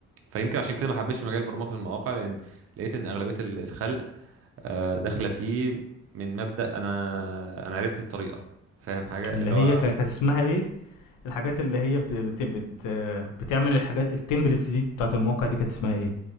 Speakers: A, on the right; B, on the left.
A: فيمكن عشان كده ما حبيتش مجال برمجة المواقع لأن لقيت إن أغلبية ال- الخلق آه، داخلة فيه من مبدأ أنا أنا عرفت الطريقة فاهم حاجة
B: اللي
A: اللي
B: هي
A: هو
B: كانت اسمها ايه الحاجات اللي هي بت... بت... بت... بتعمل الحاجات التمبلتس دي بتاعت المواقع دي كانت اسمها ايه